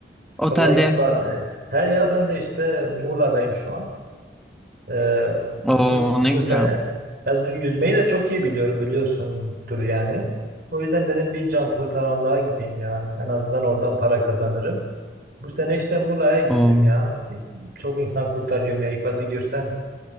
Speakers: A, in the centre; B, on the right.
A: otelde.
B: Vallahi İkbal, e, he ya ben de işte Muğla'dayım şu an. E,
A: Oo
B: bu, bu
A: ne güzel.
B: sene ya yüz- yüzmeyi de çok iyi biliyorum biliyorsundur yani. O yüzden dedim bir can kurtaranlığa gideyim yani. En azından oradan para kazanırım. Bu sene işte Muğla'ya gittim
A: Oo.
B: ya. E, Çok insan kurtarıyorum ya İkbal bir görsen.